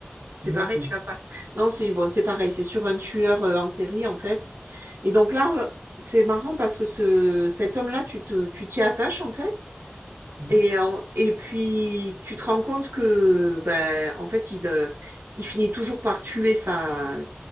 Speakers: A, on the right; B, on the right.
A: C'est
B: Non
A: pareil,
B: plus.
A: tu l'as pas. Non, c'est bon, c'est pareil. C'est sur un tueur euh, en série en fait. Et donc là, on- c'est marrant parce que ce cet homme-là, tu te tu t'y attaches en fait.
B: Hmm.
A: Et en et puis tu te rends compte que, ben, en fait, il, heu, il finit toujours par tuer sa